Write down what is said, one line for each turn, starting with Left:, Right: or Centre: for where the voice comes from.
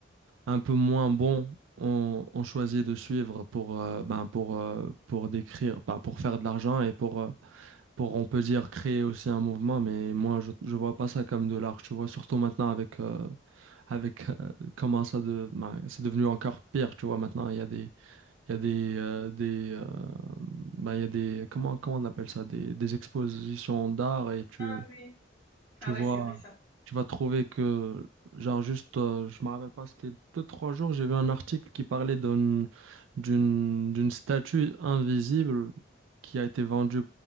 Right: un peu moins bons ont, ont choisi de suivre pour, euh, ben pour, euh, pour décrire, pas pour faire de l'argent et pour, euh, pour, on peut dire, créer aussi un mouvement. Mais moi, je, je vois pas ça comme de l'art, tu vois, surtout maintenant avec, euh, avec euh, comment ça de, ben, c'est devenu encore pire, tu vois, maintenant, il y a des il y a des, euh, des euh, ben, il y a des, comment, comment on appelle ça, des, des expositions d'art et tu,
Left: Ah oui.
Right: tu
Left: Ah
Right: vois,
Left: ouais, c'est vrai ça.
Right: tu vas trouver que, genre juste, euh, je me rappelle pas, c'était deux, trois jours, j'ai vu un article qui parlait d'une, d'une, d'une statue invisible qui a été vendue